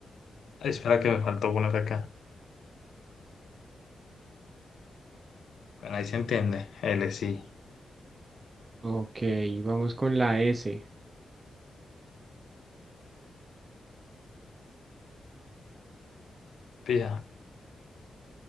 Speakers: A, on the left; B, on the right.
A: Ay, espera que me faltó poner acá. Bueno, ahí se entiende. L, sí.
B: ok, vamos con la S.
A: Pía.